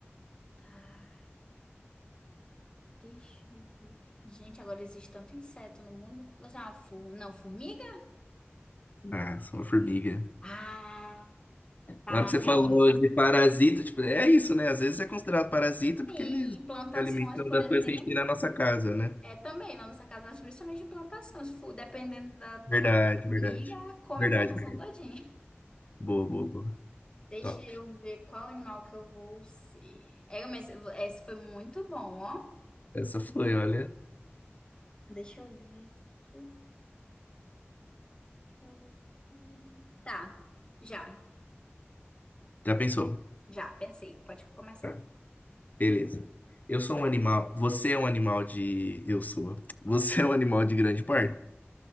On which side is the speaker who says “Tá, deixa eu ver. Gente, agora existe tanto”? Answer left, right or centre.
Left